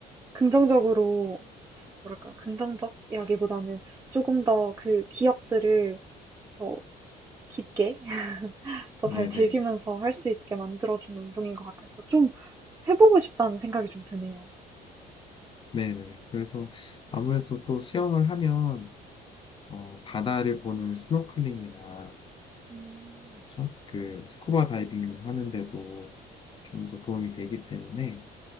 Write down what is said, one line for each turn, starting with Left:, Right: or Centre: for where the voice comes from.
Right: 긍정적으로, 뭐랄까, 긍정적이라기보다는 조금 더 그 기억들을 더 깊게 더
Left: 네네.
Right: 잘 즐기면서 할 수 있게 만들어준 운동인 것 같아서 좀 해보고 싶다는 생각이 좀 드네요.
Left: 네네. 그래서
Right: 음.
Left: 아무래도 또 수영을 하면, 어, 바다를 보는 스노클링이나,
Right: 음.
Left: 그쵸? 그, 스쿠버 다이빙 하는데도 좀 더 도움이 되기 때문에,